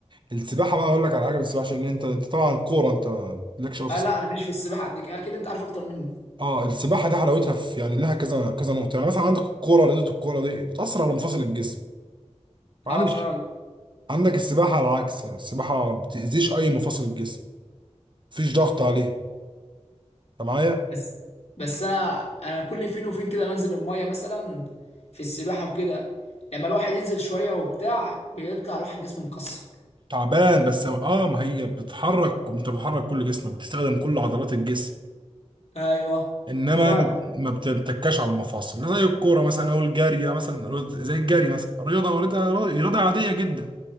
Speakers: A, on the right (about 40°); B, on the left (about 60°).
A: السباحه بقى اقول لك على حاجه بالسباحه عشان انت انت طبعا كوره انت مالكش قوي في
B: اه لا انا ماليش في السباحه قد كده اكيد انت عارف اكتر مني
A: اه السباحه دي حلاوتها في يعني لها كذا كذا نقطه يعني مثلا عندك الكوره رياضه الكوره دي بتاثر على مفاصل الجسم معلش
B: اه فعلا
A: عندك السباحه على العكس يعني السباحه ما بتاذيش اي مفاصل الجسم مفيش ضغط عليه انت معايا
B: بس بس انا انا كل فين وفين كده بنزل الميه مثلا في السباحه وكده لما الواحد ينزل شويه وبتاع بيطلع الواحد جسمه مكسر
A: تعبان بس اه ما هي بتتحرك انت بتحرك كل جسمك بتستخدم كل عضلات الجسم
B: ايوه
A: انما
B: فعلا
A: ما ما بتتكاش على المفاصل زي الكوره مثلا او الجري يعني مثلا زي الجري مثلا رياضه رياضه رياضه عاديه جدا